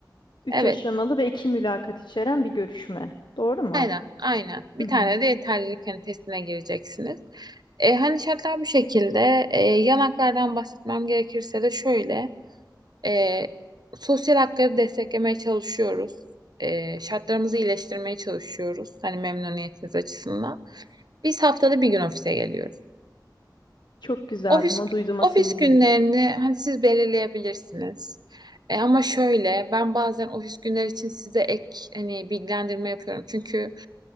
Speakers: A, on the left; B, on the right.
A: üç
B: Evet,
A: aşamalı ve iki mülakat içeren bir görüşme. Doğru mu
B: aynen,
A: anladım?
B: aynen. Bir
A: Hı
B: tane
A: hı.
B: de yeterlilik hani testine gireceksiniz. E, hani şartlar bu şekilde. E, yanaklardan bahsetmem gerekirse de şöyle. E, sosyal hakları desteklemeye çalışıyoruz. E, şartlarımızı iyileştirmeye çalışıyoruz. Hani memnuniyetiniz açısından. Biz haftada bir gün ofise geliyoruz.
A: Çok güzel.
B: Ofis
A: Buna duyduğuma
B: ofis
A: sevindim.
B: günlerini hani siz belirleyebilirsiniz. E, ama şöyle ben bazen ofis günleri için size ek hani bilgilendirme yapıyorum. Çünkü